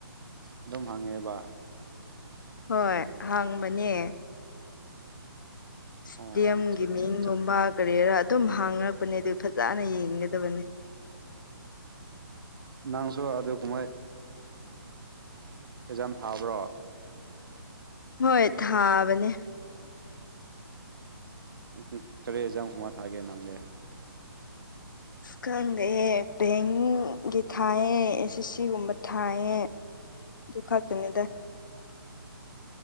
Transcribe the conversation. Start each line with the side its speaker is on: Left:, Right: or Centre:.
Right: ꯑꯗꯨꯝ ꯍꯪꯉꯦꯕ
Left: ꯍꯣꯏ ꯍꯪꯕꯅꯦ ꯏꯁꯇꯦꯝꯒꯤ
Right: ꯑꯣ ꯑꯠꯆꯥ ꯑꯠꯆꯥ
Left: ꯃꯤꯡꯒꯨꯝꯕ
Right: ꯑꯠꯆꯥ
Left: ꯀꯔꯤꯔꯥ ꯑꯗꯨꯝ ꯍꯪꯉꯛꯄꯅꯦ ꯑꯗꯨ ꯐꯖꯅ ꯌꯦꯡꯒꯗꯕꯅꯦ
Right: ꯅꯪꯁꯨ ꯑꯗꯨꯒꯨꯝꯕꯣꯏ ꯑꯦꯛꯖꯥꯝ ꯊꯥꯕ꯭ꯔꯣ ꯎꯝ
Left: ꯍꯣꯏ ꯊꯥꯕꯅꯦ
Right: ꯎ ꯀꯔꯤꯦꯖꯥꯡ ꯍꯨꯃꯥ ꯊꯥꯒꯦ ꯅꯪꯗꯦ
Left: ꯈꯪꯗꯦꯍꯦ ꯕꯦꯡꯒꯤ ꯊꯥꯏꯌꯦ ꯑꯦꯁ ꯑꯦꯁ ꯁꯤꯒꯨꯝꯕ ꯊꯥꯏꯌꯦ ꯑꯗꯨ ꯈꯛꯇꯅꯤ